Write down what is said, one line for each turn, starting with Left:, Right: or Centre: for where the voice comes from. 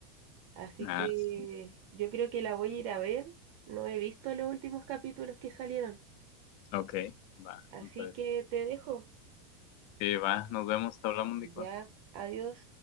Right: así
Left: Ah,
Right: que
Left: sí.
Right: yo creo que la voy a ir a ver. No he visto los últimos capítulos que salieron,
Left: Ok, va,
Right: así
Left: me parece.
Right: que te dejo.
Left: Sí, va, nos vemos, hablamos, Nicole.
Right: Ya, adiós.